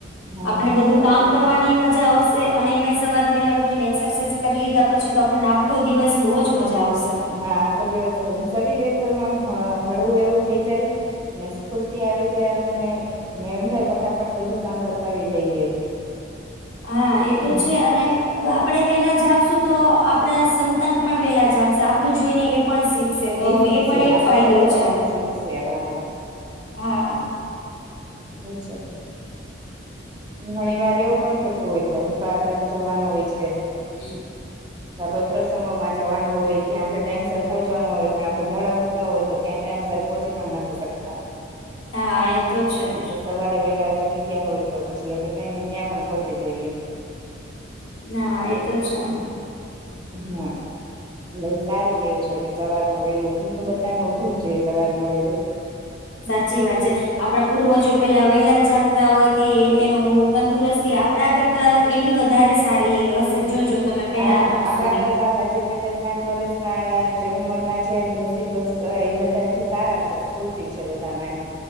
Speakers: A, on the right (about 20°); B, on the left (about 70°).
A: હા
B: આપણે બધું
A: સાચી
B: કામ
A: વાત
B: કરવાની
A: છે.
B: મજા આવશે અને એમાંય સવારે પેલા ઉઠીને એક્સરસાાઈઝ કરી લીધા પછી તો આપણને આખો દિવસ બહુજ મજા આવશે
A: હા આખો દિવસ શરીર એકદમ આમ હળવું એવું થઇ જાય અને સ્ફૂર્તિ આવી જાય આપણને એમ થાય ફટાફટ બધું કામ બતાવી દઈએ. <inaudible>
B: હા એ તો
A: એમ
B: છે અને આપણે વેલા જાગશું તો આપણા સંતાન પણ વેલા જાગશે આપડું જોઈને એ પણ શીખશે તો
A: શીખશે
B: એ પણ એક
A: આપડા
B: ફાયદો
A: છોકરાઓ
B: છે
A: પણ શીખશે આપડા
B: હા
A: છે ઘણી વાર એવું પણ થતું હોય છે આપડે બાર ગામ જવાનું હોય છે
B: હ <inaudible>
A: ત કોઈ પ્રસંગોમાં જવાનું હોય ત્યાં આપડે ટાઈમસર પહોંચ હોય પણ આપે મોડા ઉઠતા હોય તો ક્યા ટાઈમસર પહોંચી પણ નથી શકતા
B: હા એ તો છે જ
A: તો સવારે વેલા જાગી ગયા હોય તો પછી આપડે ટાઈમને ત્યાં પણ પહોંચી જઈએ
B: હા એ તો છે
A: હા લાઈ સારીતેવું છે કે સવાર માં વેલું હું તો બધાને ઉઠવું જ જોઈએ સવાર માં વેલું.
B: સાચી વાત છે આપડા પૂર્વજો પેલા વહેલા જ જપતા હોથી એનું તંદુરસ્ત થી આપડા કરતા એની વધારે સારી હશે જોજો તમે. પેલાના
A: હા
B: માણસોની.
A: આપડા કરતા હજી પચાસ સાઠ વર્ષ ના જે ઉંમર ના છે ડોસી ડોસી હ એ બધા હજી સારા છે સ્ફૂર્તિ છે બધામાં એમ.